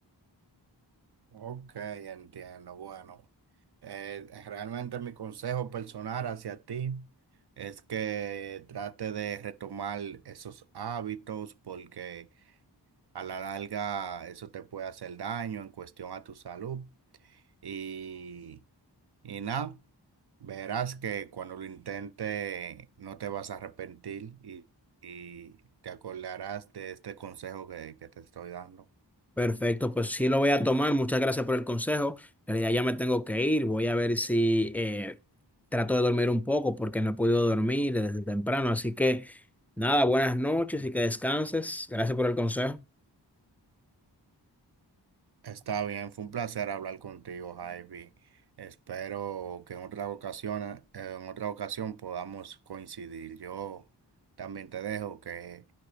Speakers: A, on the right; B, in the centre.
A: Ok, entiendo. Bueno, eh, realmente mi consejo personal hacia ti es que trate de retomar esos hábitos porque A la larga, eso te puede hacer daño en cuestión a tu salud. Y, y nada, verás que cuando lo intentes no te vas a arrepentir y, y te acordarás de este consejo que, que te estoy dando.
B: Perfecto, pues sí lo voy a tomar. Muchas gracias por el consejo. En realidad ya me tengo que ir. Voy a ver si eh, trato de dormir un poco porque no he podido dormir desde temprano. Así que nada, buenas noches y que descanses. Gracias por el consejo.
A: Está bien, fue un placer hablar contigo, Javi. Espero que en otra ocasión, en otra ocasión podamos coincidir. Yo también te dejo que